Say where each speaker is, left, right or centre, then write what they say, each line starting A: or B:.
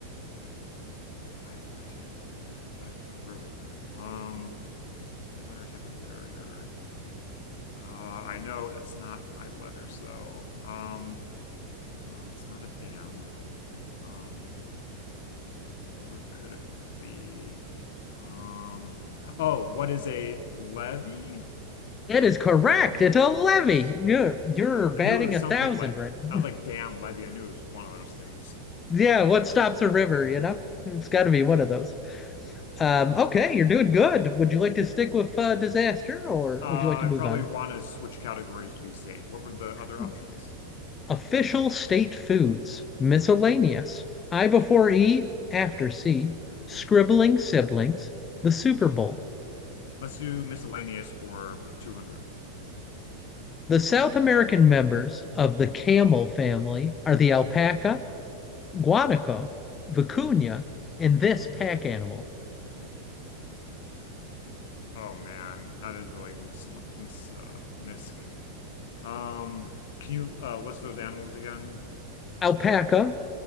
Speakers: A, on the left; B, on the left.
A: Five-letter type held back the river. Um, five-letter type of barrier. Uh, I know it's not five letters though. Um, um, it's not a dam. Um, what could it be? Um, oh, what is a levee?
B: It is correct. It's a levee.
A: Nice.
B: You're, you're batting
A: I knew it was
B: a
A: something
B: thousand
A: like
B: right
A: I
B: now.
A: was like, damn, Levy, I knew it was one of those things.
B: Yeah, what stops a river, you know? It's got
A: Right.
B: to be one of those. Um, okay, you're doing good. Would you like to stick with uh, disaster or
A: Uh,
B: would you like to move
A: I probably
B: on?
A: want to switch categories to be safe. What were the other
B: Huh.
A: options?
B: Official state foods, miscellaneous. I before E, after C, scribbling siblings, the Super Bowl.
A: Let's do miscellaneous for 200.
B: The South American members of the camel family are the alpaca, guanaco, vicuña, and this pack animal.
A: Oh man, that is really mis mis uh, misc. Um, can you uh, list those animals again?
B: Alpaca,